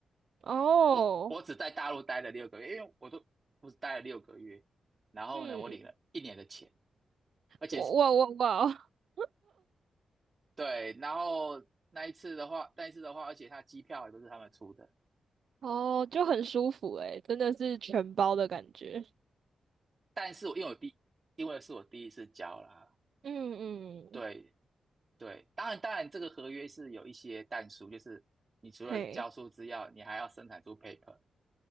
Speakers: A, on the right (about 70°); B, on the right (about 35°).
A: 哦，
B: 我我只在大陆待了六个月，因为我都不是待了六个月，然后呢，
A: 嗯，
B: 我领了一年的钱，而且是
A: 哇哇哇我。<laughs>
B: 对，然后那一次的话，那一次的话，而且他机票也都是他们出的，
A: 哦，就很舒服诶，真的是全包的感觉。
B: 但是我因为我第因为是我第一次教啦，
A: 嗯嗯，
B: 对，对，当然，当然，这个合约是有一些但书，就是你除了交出资料，
A: 嘿，
B: 你还要生产出 paper。